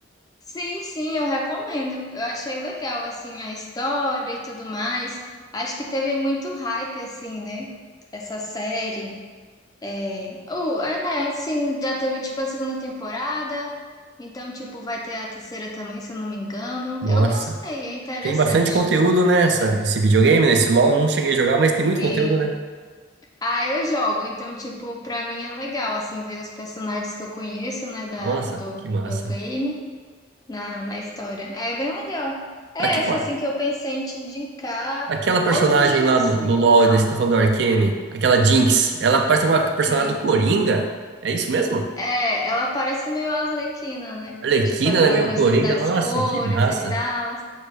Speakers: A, on the left; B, on the right.
A: Sim, sim, eu recomendo. Eu achei legal, assim, a história e tudo mais. Acho que teve muito hype, assim, né? Essa série. É, o é, né? Sim, já teve tipo a segunda temporada, então tipo vai ter a terceira também, se eu não me engano.
B: Nossa.
A: Eu gostei, é interessante.
B: Tem bastante conteúdo nessa, esse videogame, né? Esse LOL eu não cheguei a jogar, mas tem
A: Sim.
B: muito conteúdo, né?
A: Ah, eu jogo, então tipo pra mim é legal assim ver os personagens que eu conheço, né, da
B: Nossa,
A: do,
B: que massa.
A: do game na, na história. É bem legal. É
B: Aquela,
A: essa assim que eu pensei em te indicar.
B: aquela personagem
A: Outras eu
B: lá
A: não sei.
B: do, do LoL
A: Ah,
B: e desse tá falando do Arcane, aquela Jinx, ela parece uma personagem
A: sim.
B: do Coringa. É isso mesmo?
A: É, ela parece meio a Arlequina, né?
B: Arlequina,
A: Tipo aquela
B: né? Meio
A: questão
B: Coringa.
A: das
B: Nossa,
A: cores
B: que massa.
A: e tal.